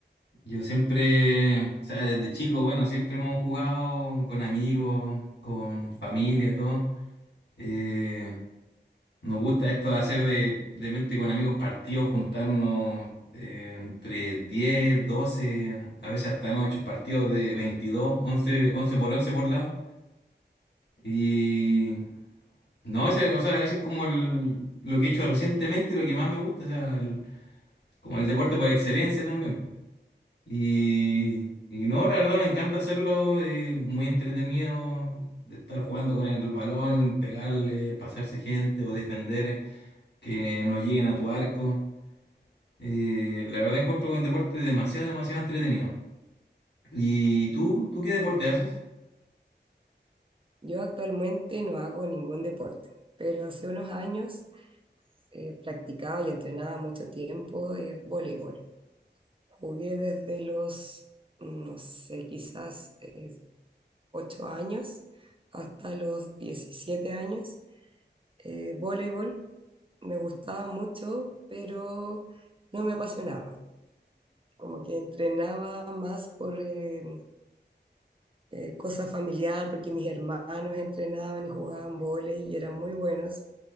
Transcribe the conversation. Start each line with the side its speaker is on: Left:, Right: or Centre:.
Left: Yo siempre, o sea, desde chico, bueno, siempre hemos jugado con amigos, con familia, todo. Eh, nos gusta esto de hacer de, de mente con amigos partidos, juntarnos eh, entre 10, 12, a veces hasta hemos hecho partidos de 22, 11, 11 por 11 por lado. Y no, ese, o sea, ese es como el, lo que he hecho recientemente, y lo que más me gusta, o sea, el- como el deporte por excelencia también. Y, y no, la verdad me encanta hacerlo, eh, muy entretenido, de estar jugando con el balón, pegarle, pasarse gente o defender, eh, que no lleguen a tu arco. Eh, la verdad encuentro un deporte demasiado, demasiado entretenido. ¿Y tú? ¿Tú qué deporte haces?
Right: Yo actualmente no hago ningún deporte, pero hace unos años eh, practicaba y entrenaba mucho tiempo eh, voleibol. Jugué desde los, mm, no sé, quizás eh, 8 años hasta los 17 años. Eh, voleibol me gustaba mucho, pero no me apasionaba. Como que entrenaba más por... eh, eh, cosa familiar, porque mis hermanos entrenaban y jugaban vóley y eran muy buenos.